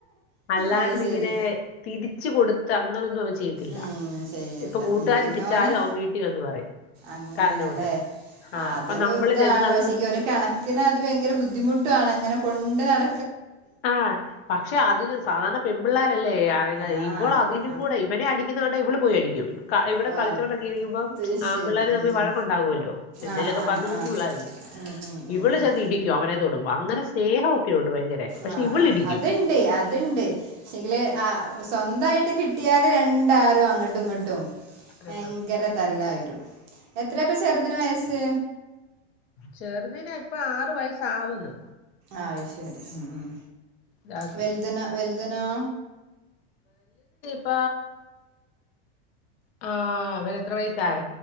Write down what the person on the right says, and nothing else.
അത് ശരി
ഉം ശരിയല്ല
ഉം പിന്നെ
ഓനെ
അങ്ങനല്ലേ
ആ
അതൊരു
ഇതാണ്
പക്ഷെ എങ്കിൽ ഒരു കണക്കിന് അത് ഭയങ്കര ബുദ്ധിമുട്ടുമാണ് അങ്ങനെ കൊണ്ട് നട
ആ
ആ
ഓ
അത്
ശരി
ഉം
ഉം
ആ ആ
ആ
ഉം ഉം ഉം
ഉം
ആ
അതുണ്ട് അതുണ്ട് പക്ഷെങ്കില് സ്വന്തായിട്ട് കിട്ടിയാല് രണ്ട് ഇ ആരോ അങ്ങോട്ടും ഇങ്ങോട്ടും
ഭയങ്കര തല്ലായി എത്രയപ്പ ചെറുതിന് വയസ്സ്
ആ ശരി ഉം ഉം
വലുത്തിനോ